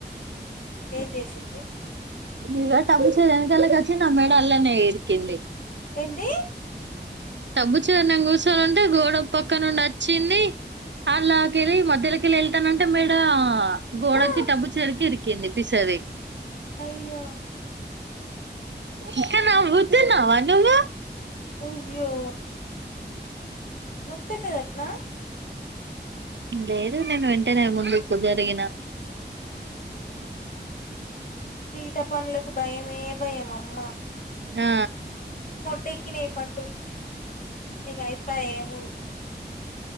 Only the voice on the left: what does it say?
ఏం చేసింది.
ఏంది
ఆ
అయ్యో
అయ్యో నోతున్న యట్నా
ఉహు తీట పనులకు భయమే భయం అమ్మా.
డెక్కినయి పట్టు ఇగ అయిపాయే ఏముంది.